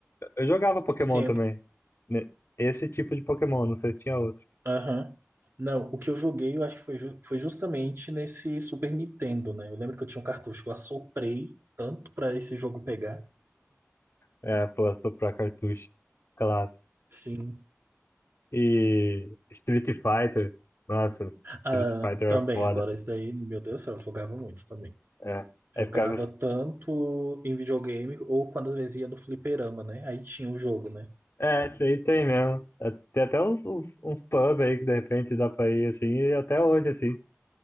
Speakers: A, on the left; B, on the right.
A: Eu jogava Pokémon
B: Assim,
A: também. né? Esse tipo de Pokémon, não sei se tinha outro.
B: Aham. Não, o que eu joguei, eu acho que foi, ju- foi justamente nesse Super Nintendo, né? Eu lembro que eu tinha um cartucho que eu assoprei tanto pra esse jogo pegar.
A: É, pô, soprar cartucho. Clássico.
B: Sim.
A: E Street Fighter. Nossa,
B: Ah,
A: Street Fighter
B: também,
A: é foda.
B: agora esse daí, meu Deus do céu, eu jogava muito também.
A: É.
B: Jogava
A: Aí ficava. assim,
B: tanto em videogame ou quando às vezes ia no fliperama, né? Aí tinha o jogo, né?
A: É, isso aí tem mesmo. É, Tem até uns, uns, uns pub aí que de repente dá pra ir assim. E até hoje, assim,